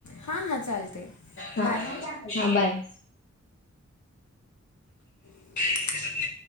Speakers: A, on the left; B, on the left.
A: हा हा चालते.
B: हा
A: बाय
B: हा बाय.
A: <inaudible>